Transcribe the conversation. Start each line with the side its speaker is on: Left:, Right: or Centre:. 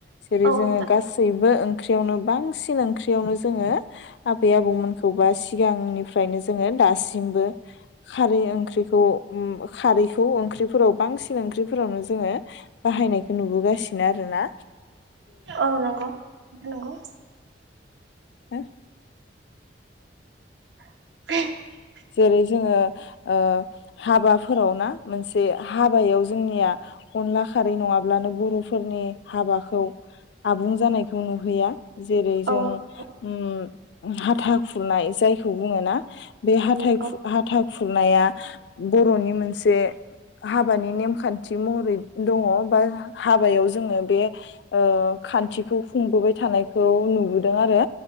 Left: जेरै
Right: औ
Left: जोङो
Right: नोंथां
Left: गासै बो ओंख्रियावनो बांसिन ओंख्रियावनो जोङो आबै आबौमोनखौ बा सिगांनिफ्रायनो जोङो दासिमबो खारै ओंख्रिखौ ओ खारै खौ ओंख्रिफोराव बांसिन ओंख्रिफोरावनो जोङो बाहायनायखौ नुबोगासिनो आरो ना।
Right: औ नंगौ नंगौ।
Left: <unintelligible>
Right: <inaudible>
Left: जेरै जोङो ओ हाबाफोराव ना? मोनसे हाबायाव जोंनिया अनला खारै नङाब्लानो बरफोरनि हाबाखौ आबुं जानायखौ नुहैया। जेरै जों
Right: औ नंगौ
Left: उम हाथा खुरनाय जायखौ बुङो ना? बे हाथाय
Right: औ नंगौ
Left: खु हाथा खुरनाया बरनि मोनसे हाबानि नेमखान्थि महरै दङ बा हाबायाव जोङो बे ओ खान्थिखौ खुंबोबाय थानायखौ नुबोदों आरो